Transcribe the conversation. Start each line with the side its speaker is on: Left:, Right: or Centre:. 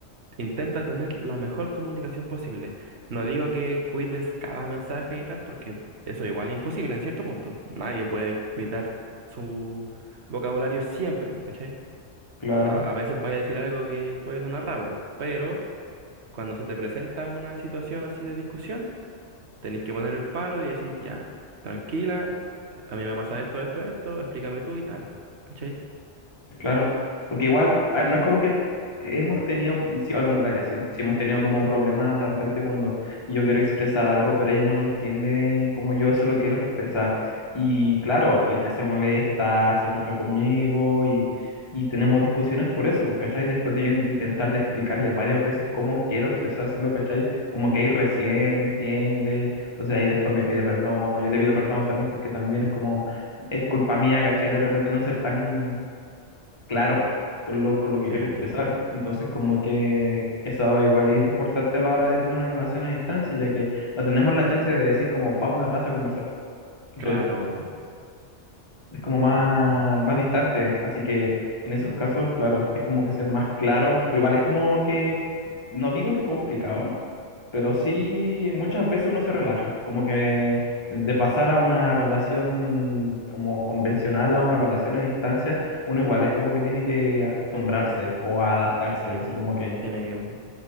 Right: Intenta tener la mejor comunicación posible. No digo que cuides cada mensaje y tal, porque eso igual es imposible en cierto punto. Nadie puede cuidar su vocabulario siempre, po, ¿cachai?
Left: claro.
Right: A, a veces vaya a decir algo que puede sonar raro, pero cuando se te presenta una situación así de discusión, tenés que poner el paro y decir, ya, tranquila, a mí me pasa esto, esto, esto, explícame tú y tal, ¿cachai?
Left: Claro, porque igual, a ver, no es como que hemos tenido, sí, o en realidad, sí, sí hemos tenido como problemas de repente cuando yo quiero expresar algo, pero ella no lo entiende como yo se lo quiero expresar. Y claro, ella se molesta, se enoja conmigo y, y tenemos discusiones por eso, pues, ¿cachai? Después de yo in- intentar de explicarle varias veces cómo quiero expresárselo, ¿cachai? Como que ahí recién entiende, entonces ahí después me pide perdón, o yo le pido perdón también porque también es como, es culpa mía, ¿cachai? De repente no ser tan claro con lo, con lo que
Right: Sí,
Left: quiero
Right: po.
Left: expresar. Entonces, como que eso igual es importante a la hora de tener una relación a distancia, ya que no tenemos la chance de decir como vamos a una plaza a conversar, ¿cachai?
Right: Claro.
Left: Es como más,
Right: Entonces,
Left: más distante, así que en esos
Right: sí, po.
Left: casos, claro, es como que ser más claro, pero igual es como que, no digo que complicado, pero sí muchas veces uno se relaja, como que de pasar a una relación como convencional a una relación a distancia, uno igual es como que tiene que acostumbrarse o a adaptarse,
Right: Sí,
Left: así
Right: po.
Left: como que...
Right: Tiene que